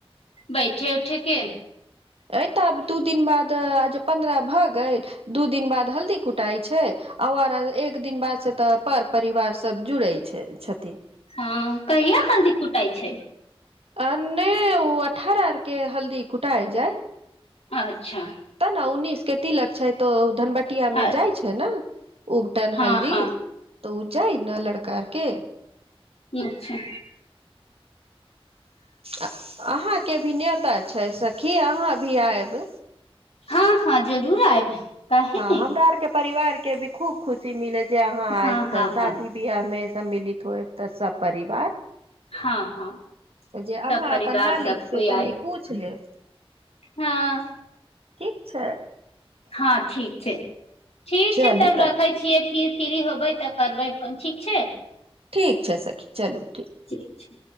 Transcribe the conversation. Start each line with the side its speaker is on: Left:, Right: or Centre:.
Left: बैठे उठे के
Right: ऐतऽ आब दू दिन बाद आज पन्द्रह भऽ गेल दू दिन बाद हल्दी कुटाई छैइ औ आर एक दिन बादसँ तऽ पर परिवार सभ जुड़ैइ छै छथिन
Left: हँ कहिया हल्दी कुटाइ छै
Right: आ नहि ओ अठारह आर के हल्दी कुटाइ जाइ
Left: अच्छा
Right: उन्नीस क तिलक छै त धनब टिया
Left: अ
Right: मे जाइ छै ने उबटन
Left: हँ
Right: हल्दी
Left: हँ
Right: त ओ जाइ न लड़का के
Left: अच्छा
Right: आ अहाँ के भी नेयोता छै सखी अहाँ भी आयब
Left: हँ हँ जरूर आयब काहे
Right: हँ
Left: ने
Right: हमरा आरके परिवार के भी खूब खुशी मिलत जे अहाँ
Left: हँ
Right: आयब तऽ
Left: हँ
Right: शादी
Left: हँ
Right: बियाहमे सम्मिलित होयब तऽ सब परिवार
Left: हँ हँ
Right: तऽ जे अहाँ
Left: सब परिवार
Right: अपन मालिक
Left: सब कोइ
Right: से तनि
Left: आयब
Right: पूछि लेब
Left: हँ
Right: ठीक छै
Left: हँ ठीक छै ठीक
Right: चलू
Left: छै तब
Right: तऽ
Left: रखै छियै फीर फिरी होबै तऽ करबै फोन ठीक छै
Right: ठीक छै सखी चलू
Left: ठीक छै